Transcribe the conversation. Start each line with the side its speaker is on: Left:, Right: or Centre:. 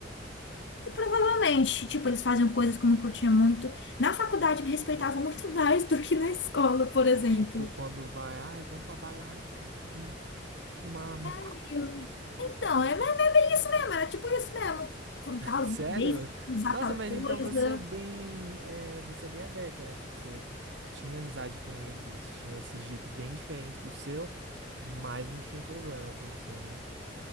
Left: E provavelmente, tipo, eles faziam coisas que eu não curtia muito. Na faculdade me respeitavam muito <laughs> mais do que na escola, por exemplo.
Right: tipo quando vai, ai, vamos pra balada, vamos fumar maconha.
Left: E eu, Então, é, é- é bem isso mesmo, era tipo isso mesmo. Ela falou, tal,
Right: Sério?
Left: vez usar
Right: Nossa,
Left: tal
Right: mas
Left: coisa.
Right: então você é bem, é, você é bem aberta, né? Tipo, você tinha amizade com eles, eles tinham esse jeito bem diferente do seu, mas não tinha problema pra você, né?